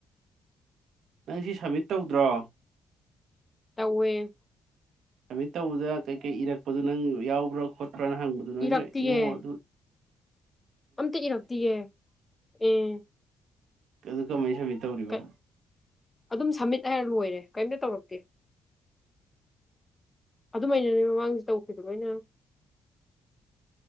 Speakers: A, on the right; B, on the left.
A: ꯅꯪ ꯁꯤ ꯁꯞꯃꯤꯠ ꯇꯧꯗ꯭ꯔꯣ
B: ꯇꯧꯋꯦ
A: ꯁꯃꯤꯠ ꯇꯧꯕꯗ ꯀꯩꯀꯩ ꯏꯔꯛꯄꯗꯨ ꯅꯪ ꯌꯥꯎꯕ꯭ꯔꯥ ꯈꯣꯠꯄ꯭ꯔꯥꯅ ꯍꯪꯕꯗꯨ ꯅꯣꯏ
B: ꯏꯔꯛꯇꯤꯌꯦ
A: ꯅꯣꯏ ꯅꯣ ꯑꯗꯨ
B: ꯑꯝꯇ ꯏꯔꯛꯇꯤꯌꯦ ꯑꯦ
A: ꯑꯗꯨ ꯀꯃꯥꯏꯅ ꯁꯃꯤꯠ ꯇꯧꯔꯤꯕ
B: ꯀꯩ ꯑꯗꯨꯝ ꯁꯝꯃꯤꯠ ꯍꯥꯏꯔ ꯂꯣꯏꯔꯦ ꯀꯩꯔꯤꯝꯇ ꯇꯧꯔꯛꯇꯦ ꯑꯗꯨꯃꯥꯏꯅꯅꯦ ꯃꯃꯥꯡꯁꯨ ꯇꯧꯈꯤꯕꯗꯣ ꯂꯣꯏꯅ